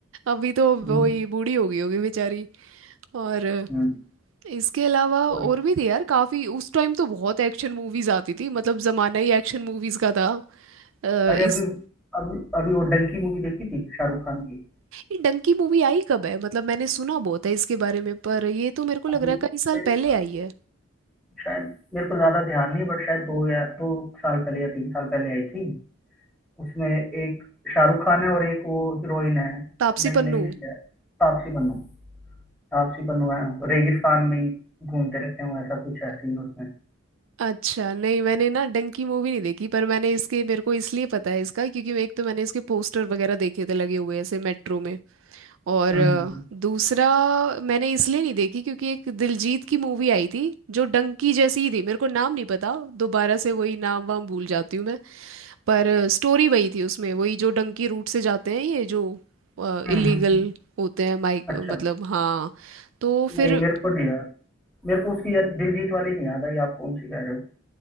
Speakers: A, on the right; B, in the centre.
A: अभी तो
B: ऐसी
A: वो ही बूढ़ी हो गई होगी बेचारी और
B: हम्म,
A: इसके अलावा
B: वही।
A: और भी थी यार काफी उस टाइम तो बहुत एक्शन मूवीज आती थी मतलब जमाना ही एक्शन मूवीज का था अ,
B: अरे
A: इस
B: अभी अभी अभी वो डंकी मूवी देखी थी शाहरुख खान की
A: ये डंकी मूवी आई कब है मतलब मैंने सुना बहुत है इसके बारे में पर ये तो मेरे को लग
B: अभी
A: रहा है कई साल
B: मेरे ख्याल-
A: पहले आई है
B: शायद मेरे को ज्यादा ध्यान नहीं बट शायद दो या दो साल पहले या तीन साल पहले आई थी उसमें एक शाहरुख खान है और एक वो हीरोइन है
A: तापसी
B: नई
A: पन्नू
B: नई सी है तापसी पन्नू तापसी पन्नू है रेगिस्तान में ही घूमते रहते हैं ऐसा कुछ है सीन उसमें
A: अच्छा नहीं मैंने ना डंकी मूवी नहीं देखी पर मैंने इसके मेरे को इसलिए पता है इसका क्योंकि एक तो मैंने इसके पोस्टर वगैरह देखे थे लगे हुए ऐसे मेट्रो में और
B: हम्म
A: अ,
B: हम्म
A: दूसरा मैंने इसलिए नहीं देखी क्योंकि एक दिलजीत की मूवी आई थी जो डंकी जैसी ही थी मेरे को नाम नहीं पता दोबारा से वही नाम वाम भूल जाती हूँ मैं पर स्टोरी वही थी उसमें वही जो डंकी रूट से जाते हैं ये जो
B: हम्म
A: इलीगल
B: हम्म, हम्म। हम्म।
A: होते हैं माइक
B: अच्छा
A: मतलब हाँ तो फिर
B: नहीं मेरे को नहीं याद मेरे को उसकी याद दिलजीत वाली नहीं याद आई आप कौन सी कह रहे हो